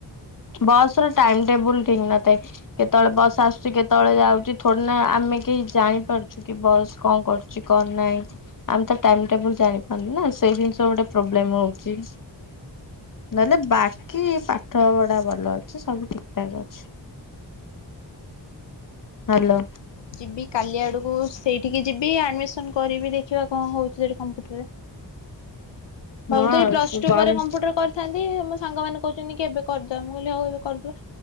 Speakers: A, on the left (about 50°); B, on the left (about 80°).
A: ବସ୍ ର ଟାଇମ୍ ଟେବୁଲ୍ ଠିକ୍ ନଥାଏ। କେତେବେଳେ ବସ୍ ଆସୁଛି କେତେବେଳେ ଯାଉଛି ଥୋଡ଼ିନା ଆମେ କେହି ଜାଣିପାରୁ ଛୁ କି ବସ୍ କଁ କରୁଛି କଁ ନାହିଁ। ଆମେ ତ ଟାଇମ୍ ଟେବୁଲ ଜାଣି ପାରନୁ ନା, ସେଇ ଜିନିଷ ଗୋଟେ ପ୍ରୋବ୍ଲେମ୍ ହୋଉଛି। ନହେଲେ ବାକି ପାଠ ପଢ଼ା ଭଲ ଅଛି ସବୁ ଠିକ ଠାକ୍ ଅଛି। ହାଲୋ।
B: ଯିବି କାଲି ଆଡ଼କୁ ସେଇଠିକି ଯିବି ଆଡ଼ମିଶନ କରିବି ଦେଖିବା କଁ ହୋଉଛି ସେଠି କମ୍ପୁଟରରେ। ହବୁ
A: ହଁ
B: ତ ଏଇ ପ୍ଲସ୍
A: ସେ
B: ଟୁ
A: ବାର
B: ପରେ କମ୍ପ୍ୟୁଟର କରିଥାନ୍ତି ମୋ ସାଙ୍ଗ ମାନେ କହୁଛନ୍ତି କି ଏବେ କରିଦବା, ମୁଁ କହିଲି ହଉ ଏବେ କରିଦବା।